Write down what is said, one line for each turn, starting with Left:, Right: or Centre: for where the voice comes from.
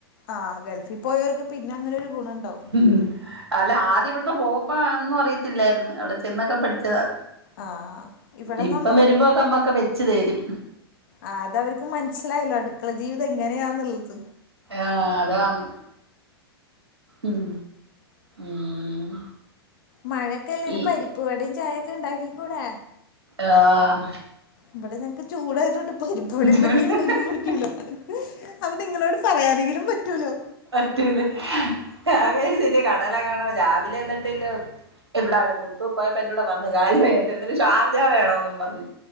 Left: ആഹ് ഗൾഫിൽ പോയവർക്ക് പിന്നെ അങ്ങനെ ഒരു ഗുണം ഉണ്ടാവും
Right: ഉം അല്ല ആദ്യം ഇവിടന്ന് പോവുമ്പോ ഒന്നും അറിയത്തില്ലായിരുന്നു അവിടെ ചെന്നൊക്കെ പഠിച്ചതാ
Left: ആഹ് ഇവിടെ
Right: ഇപ്പം
Left: നമ്മ
Right: വരുമ്പോക്കെ മ്മൊക്കെ വെച്ചു തെരും
Left: ആ അതവർക്ക് മനസ്സിലായില്ലോ അടുക്കള ജീവിതം എങ്ങനെയാന്നുള്ളത്
Right: ആ അതാണ് ഉം ഉം
Left: മഴൊക്കെല്ലെ
Right: പി
Left: ല്ലരു പരിപ്പ് വടയും ചായക്കെ ഉണ്ടാക്കി കൂടേ
Right: ആഹ്
Left: ഇവിടെ ഞങ്ങക്ക് ചൂടായതോണ്ട് <unintelligible> പറ്റും
Right: ജോലി
Left: പറ്റല അപ്പൊ നിങ്ങളോട് പറയാനെങ്കിലും പറ്റൂലോ
Right: <unintelligible> രാവിലെ തന്നെ കടല് കാണോ രാവിലെ ന്നിട്ടില്ലോ എവിടാണ പുറത്ത് പോയപ്പോ എന്റെ കൂടെവന്ന് കാടിവേണ്ടന്ന് ഷാർജ വേണോന്നും പറഞ്ഞു